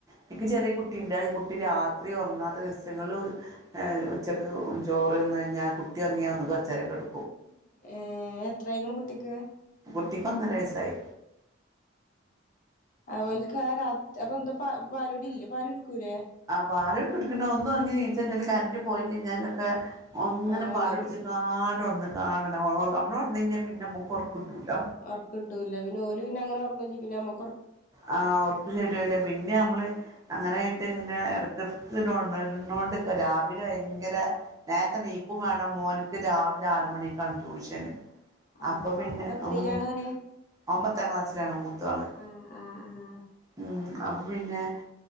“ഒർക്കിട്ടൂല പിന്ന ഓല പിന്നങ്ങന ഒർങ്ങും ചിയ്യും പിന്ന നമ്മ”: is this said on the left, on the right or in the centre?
Left